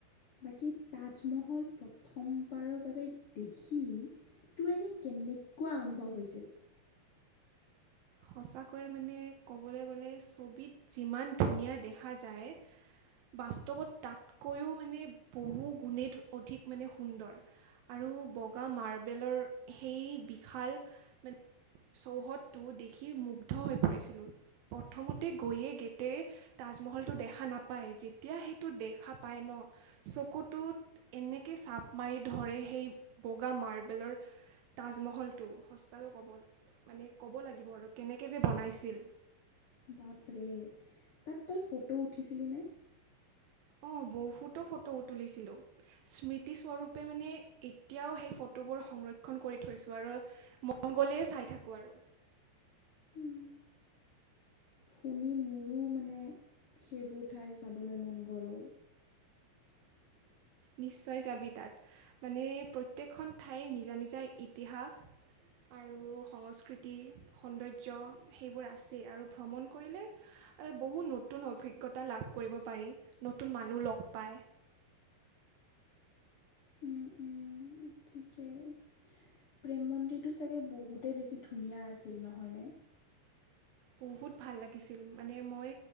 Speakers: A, on the left; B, on the right.
A: বাকী তাজমহল প্ৰথমবাৰৰ বাবে দেখি তোৰ এনে কেনেকুৱা অনুভৱ হৈছিল
B: সঁচাকৈ মানে ক'বলৈ গ'লে ছবিত যিমান ধুনীয়া দেখা যায় বাস্তৱত তাতকৈও মানে বহু গুণেই অধিক মানে সুন্দৰ আৰু বগা মাৰ্বেলৰ সেই বিশাল মানে চৌহদটো দেখি মুগ্ধ হৈ পৰিছিলোঁ প্ৰথমতে গৈয়ে গেটেৰে তাজমহলটো দেখা নাপায় যেতিয়া সেইটো দেখা পায় ন চকুটোত এনেকে চাপ মাৰি ধৰে সেই বগা মাৰ্বেলৰ তাজমহলটো সঁচাকৈ ক'ব মানে ক'ব লাগিব আৰু কেনেকৈ যে বনাইছিল
A: বাপৰে তাত তই ফটো উঠিছিলি নে
B: অ বহুতো ফটো তুলিছিলোঁ স্মৃতিস্বৰূপে মানে এতিয়াও সেই ফটোবোৰ সংৰক্ষণ কৰি থৈছোঁ আৰু মন গ'লেই চাই থাকো আৰু
A: উম, শুনি মোৰো মানে সেইবোৰ ঠাই চাবলৈ মন গ'ল অ। <inaudible>
B: নিশ্চয় যাবি তাত মানে প্ৰত্যেকখন ঠাইৰ নিজা নিজা ইতিহাস আৰু সংস্কৃতি, সৌন্দৰ্য সেইবোৰ আছেই আৰু ভ্ৰমণ কৰিলে বহু নতুন অভিজ্ঞতা লাভ কৰিব পাৰি নতুন মানুহ লগ পায়।
A: উম, উম, ঠিকেই প্ৰেম মন্দিৰটো চাগে বহুতেই বেছি ধুনীয়া আছিল নহয়নে?
B: বহুত ভাল লাগিছিল মানে মই